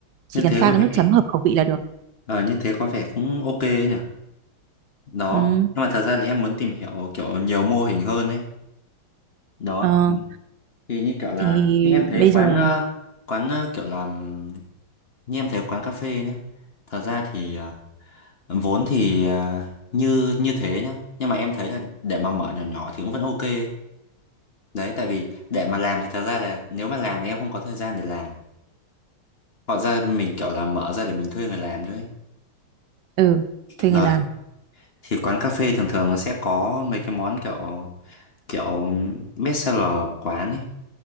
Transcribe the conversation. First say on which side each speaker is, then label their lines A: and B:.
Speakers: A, on the right; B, on the left.
A: chỉ
B: như
A: cần
B: thế
A: pha
B: có
A: cái
B: vẻ
A: nước chấm hợp khẩu vị là được.
B: ờ như thế có vẻ cũng ok ấy nhỉ. Đó.
A: Ừ,
B: Nhưng mà thật ra là em muốn tìm hiểu kiểu nhiều mô hình hơn ấy. Đó.
A: ờ,
B: Thì như kiểu là
A: thì
B: như em thấy
A: bây
B: quán
A: giờ
B: ờ, quán ờ, kiểu làm như em thấy quán cà phê nhá. Thật ra thì ờ, Vốn thì ờ, như như thế nhá. Nhưng mà em thấy là để mà mở nhỏ nhỏ thì cũng vẫn ok ấy. Đấy, tại vì để mà làm thì thật ra là nếu mà làm thì em không có thời gian để làm. Hoặc ra mình kiểu là mở ra để mình thuê người làm thôi. ấy.
A: ừ thuê
B: Đấy,
A: người làm.
B: thì quán cà phê thường thường nó sẽ có mấy cái món kiểu kiểu best seller của quán ấy.